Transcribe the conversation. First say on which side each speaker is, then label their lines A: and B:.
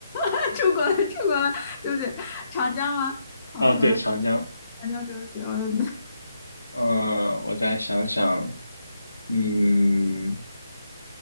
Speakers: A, on the left (about 25°); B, on the left (about 85°).
A: <laughs> 出国了，出国了，对不起，长江吗？黄河，
B: 啊，对，长江。
A: 长江，对不起，我。<laughs>
B: 嗯，我再想想，嗯，